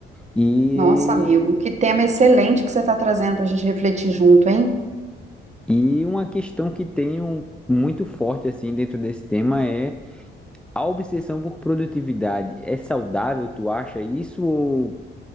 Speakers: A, in the centre; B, on the right.
A: E,
B: nossa, amigo, que tema excelente que você está trazendo para a gente refletir junto, hein?
A: e uma questão que tenho muito forte assim dentro desse tema é a obsessão por produtividade. É saudável, tu acha isso ou